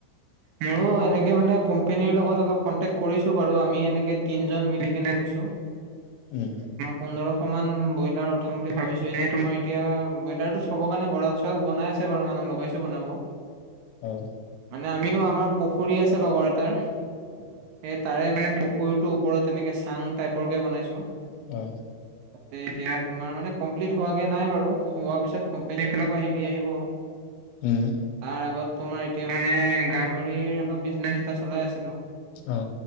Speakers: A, on the right (about 75°); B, on the left (about 80°).
A: মোৰো এনেকে মানে কোম্পনীৰ লগত অলপ কন্টেক কৰিছো বাৰু। আমি এনেকে- তিনিজন মিলি কেনে লৈছো,
B: উম
A: পোন্ধৰশ মান ব্ৰইলাৰ। ক বুলি ভাবিছো এনেই তোমাৰ এতিয়া ব্ৰইলাৰ টো থবৰ কাৰণে গঁৰাল চৰাল বনাই আছে বাৰু মানুহ লগাইছো বনাব
B: অঁ
A: মানে আমিও আমাৰ পুখুৰী আছে লগ তাৰ স তাৰে মানে পুখুৰীটোৰ ওপৰত এনেকে চাং টাইপৰ কে বনাইছো
B: অ
A: তাতে এতিয়া তোমাৰ মানে কমপ্লিট হোৱাগে নাই বাৰু হোৱা পিছত কোম্পেনীৰ ফালৰ পৰা হেৰি আহিব
B: উম
A: তাৰ আগত তোমাৰ এতিয়া মানে গাহৰিৰ অলপ বিজনেচ এটা চলাই আছিলো
B: অ